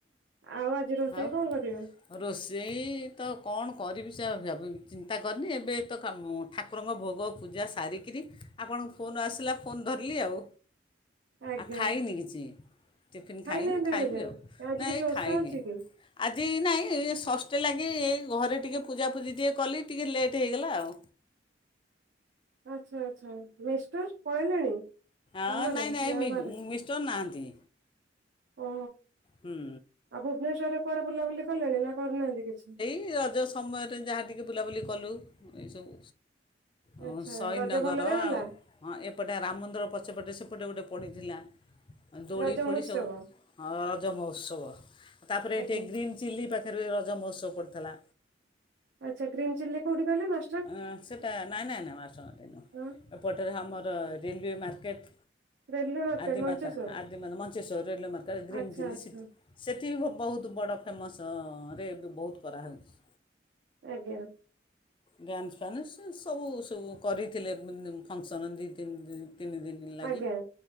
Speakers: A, on the right; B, on the left.
A: ଆଉ ଆଜି ରୋଷେଇ
B: ଆଉ
A: କଣ କରିବେ?
B: ରୋଷେଇ ତ କଣ କରିବି ସେ ଅଲଗାପ ଚିନ୍ତା କରିନି ଏବେ ତ କାମ ଠା ଠାକୁରଙ୍କ ଭୋଗ ପୂଜା ସାରିକିରି ଆପଣଙ୍କ ଫୋନ୍ ଆସିଲା ଫୋନ୍ ଧରିଲି ଆଉ।
A: <inaudible> ଆଜ୍ଞା
B: ଆ ଖାଇନି କିଛି ଟିଫିନ୍
A: ଖାଇନାହାନ୍ତି
B: ଖାଇନି ଖାଇବି
A: ଏବେ ଯାଏଁ
B: ଆଉ
A: ଆଜି
B: ନାଇଁ
A: କିଛି
B: ଏ
A: ଓଷା
B: ଖାଇନି।
A: ଅଛି କି?
B: ଆଜି ନାଇଁ ଷଷ୍ଠୀ ଲାଗି ଏ ଘରେ ଟିକିଏ ପୂଜାପୁଜି ଟିକିଏ କଲି ଟିକିଏ ଲେଟ୍ ହେଇଗଲା ଆଉ।
A: ଆଚ୍ଛା ଆଚ୍ଛା ମିଷ୍ଟର ପଳେଇଲେଣି? କାମରେ
B: ଅଁ ନାଇଁ ନାଇଁ
A: ନା
B: ମି
A: ଘରେ
B: ମିଷ୍ଟର ନାହାନ୍ତି।
A: ଓ।
B: ହୁଁ।
A: ଆ ଭୁବନେଶ୍ୱରରେ କୁଆଡ଼େ ବୁଲାବୁଲି କଲେଣି ନା କରିନାହାନ୍ତି କିଛି?
B: କି ରଜ ସମୟରେ ଯାହା ଟିକେ ବୁଲାବୁଲି କଲୁ ଏସବୁ। ଓ
A: ଆଚ୍ଛା
B: ସହିଦନଗର
A: ରଜ ଭଲରେ ଗଲା
B: ଆଉ ହଁ ଏପଟେ ରାମ ମନ୍ଦିର ପଛପଟେ ସେପଟେ ଗୋଟେ ପଡ଼ିଥିଲା। ଦୋଳି
A: ରଜ
B: ଫୋଳି
A: ମହୋତ୍ସବ
B: ସବୁ ହଁ ରଜ ମହୋତ୍ସବ ତାପରେ
A: ଆଜ୍ଞା
B: ଏଠି ଗ୍ରିନ୍ ଚିଲ୍ଲୀ ପାଖରେ ରଜ ମହୋତ୍ସବ ପଡ଼ିଥିଲା।
A: ଆଚ୍ଛା ଗ୍ରୀନ୍ ଚିଲ୍ଲୀ କୋଉଠି କହିଲେ ମା
B: ଅଁ ସେଇଟା ନାଇଁ ନାଇଁ ନା ମାଷ୍ଟକ୍ୟାଣ୍ଟିନି ନୁହଁ
A: ହଁ।
B: ଏପଟେରେ ଆମର railway market.
A: Railway market
B: Adimata
A: Mancheswar
B: Adimata Mancheswar railway market green
A: ଆଚ୍ଛା
B: ଚିଲ୍ଲି
A: ଆଚ୍ଛା
B: ସିଟି। ସେଠି ବି ଭ ବହୁତୁ ବଡ଼ ଫେମସରେ ବି ବହୁତ୍ କରାହୋଉଚି।
A: ଆଜ୍ଞା‌।
B: ଡ୍ୟାନ୍ସ ଫ୍ୟାନ୍ସ ସେ ସବୁ ସବୁ କରିଥିଲେ ମାନେ ଫଙ୍ଗସନ୍ ଦି ତିନ ଦି ତିନି ଦିନି। ତିନ ଦିନ ଲାଗି
A: ଆଜ୍ଞା